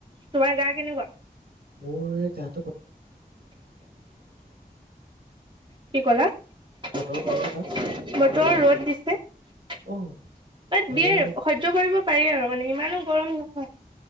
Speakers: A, on the right (about 30°); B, on the right (about 75°).
A: তোমাৰ গা কেনেকুৱা?
B: মোৰ গাত
A: কি কলা বতৰৰ
B: বতৰ ভালনে তাত
A: ৰ'দ দিছে এ
B: অ আমাৰ
A: বিয়েত
B: ইয়াত আক-
A: সহ্য কৰিব পাৰি আৰু মানে ইমানো গৰম নহয়।